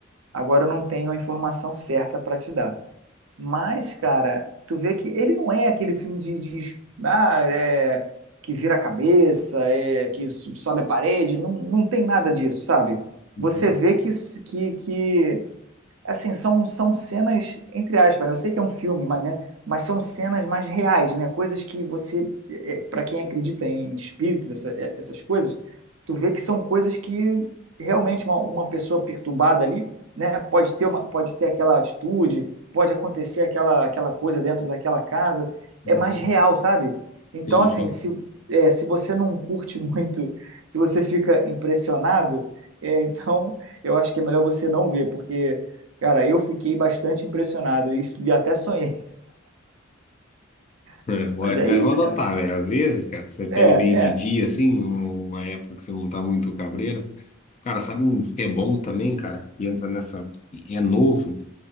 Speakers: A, on the right (about 80°); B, on the left (about 35°).
A: agora eu não tenho a informação certa pra te dar, mas, cara, tu vê que ele não é aquele filme de, de es- ah, é, que vira a cabeça, é, que su- sobe a parede, não, não tem nada disso, sabe?
B: Uhum,
A: Você vê que, s- que, que assim, são, são cenas, entre aspas, né? Eu sei que é um filme, mas, né? Mas são cenas mais reais, né? Coisas que você, para quem acredita em espíritos, essa- é, essas coisas, tu vê que são coisas que realmente uma, uma pessoa perturbada ali, né? Pode ter uma, pode ter aquela atitude, pode acontecer aquela, aquela coisa dentro daquela casa,
B: uhum,
A: é mais real, sabe? Então,
B: entendi.
A: assim, se, é, se você não curte <laughs> muito, se você fica impressionado, é, então eu acho que é melhor você não ver, porque Cara, eu fiquei bastante impressionado e, e até sonhei. <laughs>
B: É, vou-
A: Mas é
B: mas
A: isso,
B: vou anotar,
A: cara.
B: velho. Às vezes, cara, você pega
A: É,
B: meio
A: é.
B: de dia, assim, uma época que você não tá muito cabreiro. Cara, sabe um que é bom também, cara? E entra nessa. É novo.